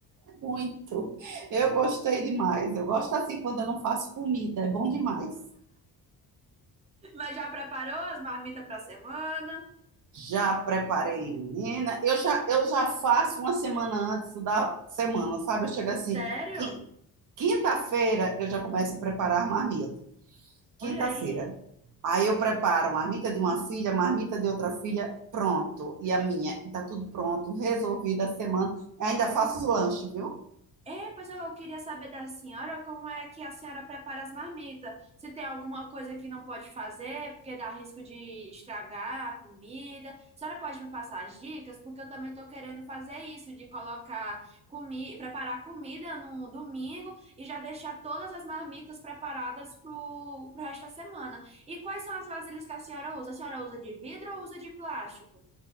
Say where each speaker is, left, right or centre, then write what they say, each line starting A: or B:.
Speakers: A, on the right; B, on the right.
A: é Muito. Eu gostei demais. Eu gosto assim quando eu não faço comida, é bom demais.
B: Mas já preparou as marmitas para a semana?
A: Já preparei, menina. Eu já, eu já faço uma semana antes da semana, sabe? Eu chego assim,
B: Sério?
A: qui- quinta-feira eu já começo a preparar a marmita. Quinta-feira.
B: Olha aí.
A: Aí eu preparo marmita de uma filha, marmita de outra filha, pronto. E a minha, e tá tudo pronto, resolvida a semana. Ainda faço os lanches, viu?
B: É, pois eu queria saber da senhora como é que a senhora prepara as marmitas. Se tem alguma coisa que não pode fazer, porque dá risco de estragar a comida. A senhora pode me passar as dicas, porque eu também estou querendo fazer isso, de colocar comida, preparar comida no domingo e já deixar todas as marmitas preparadas para o resto da semana. E quais são as vasilhas que a senhora usa? A senhora usa de vidro ou usa de plástico?